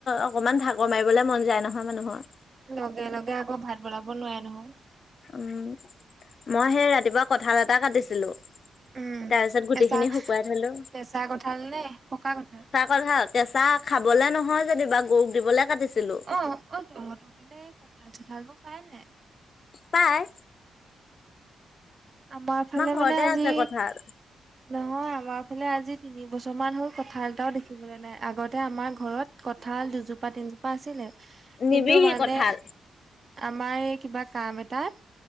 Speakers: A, on the left; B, on the right.
A: অকমান ভাকৰ মাৰিবলৈ মন যায় নহয় মানুহৰ
B: লগে লগে আকৌ ভাত বনাব নোৱাৰে নহয়
A: উম, মই সেই ৰাতিপুৱা কঠাল এটা কাটিছিলো
B: উম।
A: তাৰ পিছত গুটি
B: কেঁচা
A: খিনি শুকুৱাই থলো
B: কেঁচা কঁঠাল নে পকা কঁঠাল?
A: ভাল কেচা খাবলে নহয়, যেনিবা গৰুক দিবলে কাটিছিলো
B: অ, অ, তহঁতৰ ফালে এই কঁঠাল চঠাল বোৰ পাই নাই?
A: পাই,
B: আমাৰ ফালে
A: ঘৰতে
B: মানে আজি
A: আছে কঁঠাল
B: নহয় আমাৰ ফালে আজি তিনি বছৰ মান হল কথা এটাও দেখিবলৈ নাই আগতে আমাৰ ঘৰত কঁঠাল দুজোপা তিনিজোপা ছিলে
A: নিবিহি
B: কিন্তু মানে
A: কঁঠাল
B: আমাৰ এই কিবা কাম এটাত,